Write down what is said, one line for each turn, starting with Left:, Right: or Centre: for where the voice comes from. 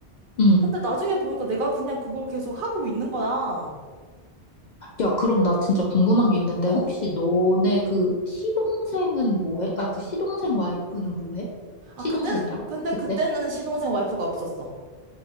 Left: 음.
Right: 근데 나중에 보니까 내가 그냥 그걸 계속 하고 있는 거야.
Left: 야, 그럼 나 진짜 궁금한 게 있는데,
Right: 어.
Left: 혹시 너네 그 시동생은 뭐 해? 아, 그 시동생 와이프는 뭐 해?
Right: 아,
Left: 시동생이랑?
Right: 그때, 근데
Left: 그때?
Right: 그때는 시동생 와이프가 없었어.